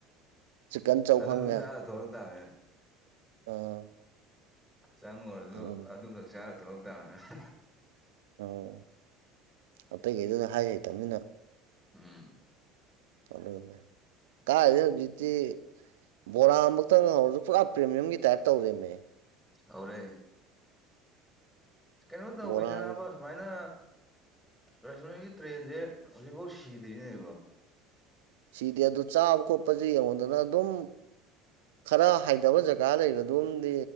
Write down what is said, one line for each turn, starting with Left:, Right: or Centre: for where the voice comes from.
Right: ꯆꯤꯛꯀꯟ ꯆꯧ
Centre: ꯑꯗꯨ
Right: ꯈꯪꯉꯦ
Centre: ꯑꯗꯨꯝ ꯆꯥꯔ ꯊꯣꯛꯂꯛ ꯇꯥꯕꯅꯦ
Right: ꯑꯥ
Centre: ꯆꯪꯉꯨꯔꯖꯨ
Right: ꯑꯗꯨꯅ
Centre: ꯑꯗꯨ ꯈꯛ ꯆꯥꯔ ꯊꯣꯛꯂꯛꯇꯥꯕ ꯍꯥ ꯍꯥ
Right: ꯑꯥ ꯑꯇꯩꯒꯩꯗꯨꯅ ꯍꯥꯏ ꯍꯩꯇꯝꯃꯤꯅ
Centre: ꯎꯝ
Right: ꯑꯗꯨꯅꯤ ꯀꯥꯏꯗꯩ ꯍꯧꯖꯤꯛꯇꯤ ꯕꯣꯔꯥ ꯑꯃꯛꯇꯪ ꯍꯧꯔꯁꯨ ꯄꯨꯔꯥ ꯄ꯭ꯔꯤꯃꯤꯌꯝꯒꯤ ꯇꯥꯏꯞ ꯇꯧꯔꯦꯝꯃꯦ
Centre: ꯍꯧꯔꯦ ꯀꯩꯅꯣ ꯇꯧꯏꯗ
Right: ꯕꯣꯔꯥꯒꯁꯦ
Centre: ꯅꯥꯕ ꯔꯨꯃꯥꯏꯗ ꯔꯦꯁꯇꯨꯔꯦꯟꯒꯤ ꯇ꯭ꯔꯦꯟꯖꯦ ꯍꯧꯖꯤꯛꯐꯥꯎ ꯁꯤꯗ꯭ꯔꯤꯅꯦꯕꯣ
Right: ꯁꯤꯗꯦ ꯑꯗꯨ ꯆꯥꯕ ꯈꯣꯠꯄꯁꯦ ꯌꯦꯡꯉꯣꯗꯅ ꯑꯗꯨꯝ ꯈꯔ ꯍꯥꯏꯗꯕ ꯖꯒꯥ ꯂꯩꯕꯗꯨꯝꯗꯤ